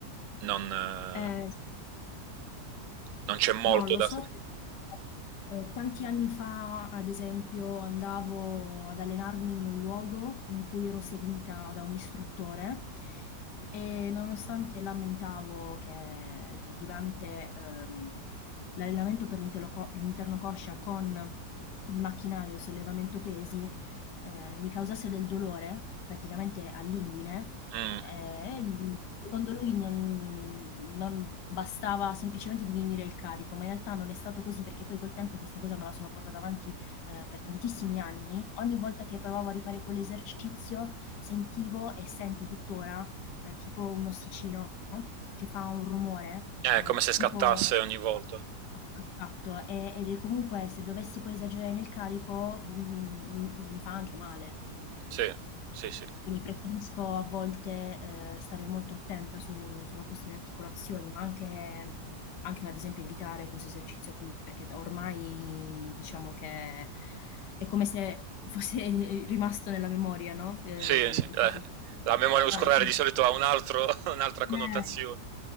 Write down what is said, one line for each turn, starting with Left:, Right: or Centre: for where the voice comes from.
Right: non, eh,
Left: Eh, sì.
Right: non c'è molto
Left: No, lo
Right: da...
Left: so perché, ehm, tanti anni fa, ad esempio, andavo ad allenarmi in un luogo in cui ero seguita da un istruttore e nonostante lamentavo che durante, ehm, l'allenamento per l'interloco l'interno coscia con il macchinario, il sollevamento pesi, ehm, mi causasse del dolore, praticamente all'inguine,
Right: Mm.
Left: ehm, lui secondo lui non non bastava semplicemente diminuire il carico, ma in realtà non è stato così perché poi col tempo questa cosa me la sono portata avanti, ehm, per tantissimi anni. Ogni volta che provavo a rifare quell'esercizio sentivo e sento tuttora eh, tipo un ossicino che fa un rumore,
Right: Eh,
Left: eh,
Right: È come se scattasse
Left: tipo
Right: ogni volta.
Left: a scatto, e- ed è comunque se dovessi poi esagerare nel carico, mhmm, mi fa anche male. Mhmm,
Right: Sì, sì, sì.
Left: quindi preferisco a volte, ehm, stare molto attenta su sulla questione articolazioni, ma anche anche ad esempio evitare questo esercizio qui, perché da ormai diciamo che è come se fosse <laughs> rimasto nella memoria, no, ehm,
Right: Sì, sì, eh,
Left: il fatto di
Right: La memoria
Left: scattare,
Right: muscolare
Left: quindi
Right: di solito ha un altro- <laughs> un'altra connotazione.
Left: eh,